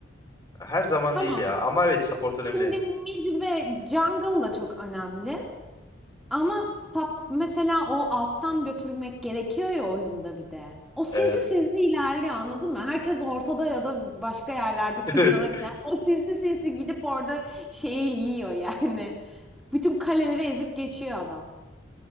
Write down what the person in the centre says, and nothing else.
Tamam
Şimdi mid ve jungle da çok önemli. Ama sap mesela o alttan götürmek gerekiyor ya oyunda bir de. O sinsi
sinsi ilerliyor anladın mı? Herkes ortada ya da başka yerlerde takılırken
o sinsi sinsi gidip orada şeyi yiyor yani. <laughs> Bütün kaleleri ezip geçiyor adam.